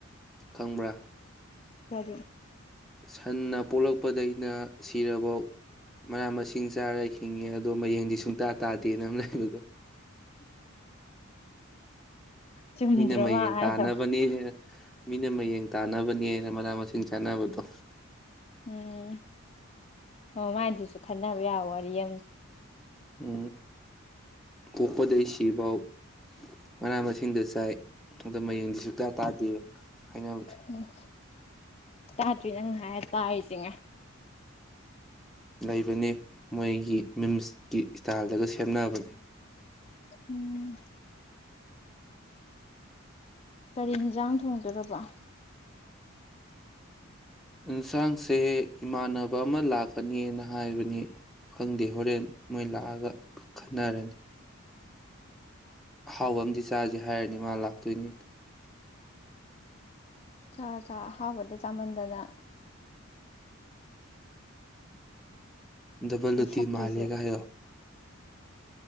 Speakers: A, in the centre; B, on the left.
A: ꯈꯪꯕ꯭ꯔꯥ
B: ꯐꯔꯤ
A: ꯁꯟꯅ ꯄꯣꯛꯂꯛꯄꯗꯩꯅ ꯁꯤꯔꯐꯥꯎ ꯃꯅꯥ ꯃꯁꯤꯡ ꯆꯥꯔ ꯍꯤꯡꯉꯦ ꯑꯗꯣ ꯃꯌꯦꯡꯗꯤ ꯁꯨꯡꯇꯥ ꯇꯥꯗꯦꯅ ꯑꯃ ꯂꯩꯕꯗꯣ
B: ꯆꯨꯝꯗ꯭ꯔꯣ
A: ꯃꯤꯅ ꯃꯌꯦꯡ
B: ꯃꯥ ꯍꯥꯏꯗꯣ
A: ꯇꯥꯅꯕꯅꯦ ꯃꯤꯅ ꯃꯌꯦꯡ ꯇꯥꯟꯅꯕꯅꯦꯅ ꯃꯅꯥ ꯃꯁꯤꯡ ꯆꯥꯅꯕꯗꯣ
B: ꯎꯝ ꯍ ꯃꯥꯏꯗꯨꯁꯨ ꯈꯟꯅꯅꯕ ꯌꯥꯎ ꯋꯥꯔꯤ ꯑꯃ
A: ꯎ ꯀꯣꯛꯄꯗ ꯁꯤꯐꯥꯎ ꯃꯅꯥ ꯃꯁꯤꯡꯗ ꯆꯥꯏ ꯑꯗ ꯃꯌꯦꯡꯗꯤ ꯁꯨꯛꯇ ꯇꯥꯗꯦ ꯍꯥꯏꯅꯕꯗꯣ
B: ꯎꯝ ꯇꯥꯗ꯭ꯔꯤ ꯅꯪ ꯍꯥꯏꯔ ꯇꯥꯔꯤꯁꯤꯅꯦ
A: ꯂꯩꯕꯅꯤ ꯃꯣꯏꯒꯤ ꯃꯤꯝꯁꯀꯤ ꯏꯁꯇꯥꯏꯜꯗꯒ ꯁꯦꯝꯦꯅꯕꯅꯤ
B: ꯎꯝ ꯀꯔꯤ ꯌꯦꯟꯖꯥꯡ ꯊꯣꯡꯗꯣꯔꯕ
A: ꯑꯦꯟꯁꯥꯡꯁꯦ ꯏꯃꯥꯟꯅꯕ ꯑꯃ ꯂꯥꯛꯀꯅꯤꯅ ꯍꯥꯏꯕꯅꯤ ꯈꯪꯗꯦ ꯍꯣꯔꯦꯟ ꯃꯣꯏ ꯂꯥꯛꯑꯒ ꯈꯟꯅꯔꯅꯤ ꯑꯍꯥꯎꯕ ꯑꯃꯗꯤ ꯆꯥꯁꯦ ꯍꯥꯏꯔꯅꯤ ꯃꯥ ꯂꯥꯛꯇꯣꯏꯅꯤꯅ
B: ꯆ ꯆ ꯑꯍꯥꯎꯕꯗ ꯆꯥꯃꯟꯗꯅ
A: ꯗꯕꯜꯂꯨꯇꯤ
B: ꯃꯁꯛꯇꯨꯁꯨ
A: ꯃꯥꯜꯂꯦꯒ ꯍꯥꯏꯌꯣ